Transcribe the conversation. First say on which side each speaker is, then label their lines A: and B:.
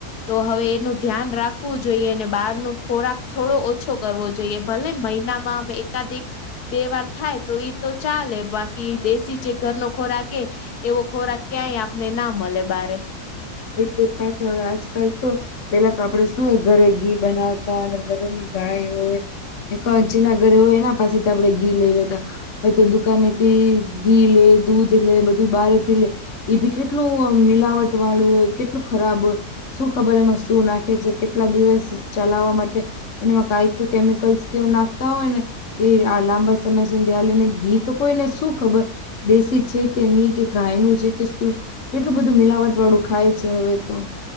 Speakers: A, on the left (about 75°); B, on the left (about 55°).
A: તો હવે એનું ધ્યાન રાખવું જોઈએ અને બહાર નો ખોરાક થોડો ઓછો કર વો જોઈએ ભલે મહિનામાં અમે એકાદિક બે વાર થાય તો એ તો ચાલે બાકી દેશી જે ઘરનો ખોરાક એ એવો ખોરાક ક્યાય આપને ના મલે બારે
B: એ તો સાચો હવે આજકાલ તો પેલા તો આપડે શું હોય ઘરે ઘી બનાવતા અને ઘરેની ગાય હોય ને કચ નગર એના પાછસેથી આપડે ગીર લઈ લેતા હવે તો દુકાનેથી ઘી લે દૂધ લે બધું બહારે થી લે એ ભી કેટલું મિલાવટ વાળું હોય કેટલું ખરાબ હોય. શું ખબર એમાં શું નાખે છે, કેટલા દિવસ ચલાવવા માટે એનામાં કાઈક તો કેમિકલ્સ કેવું નાખતા હોય ને કે આ લાંબા સમય સુધી આલેને ગીત કોઈ ને શું ખબર દેશી છે, કે ની કે ગાય નું છે, કે શું કેટલું બધું મિલાવટ વાળું ખાય છે, હવે તો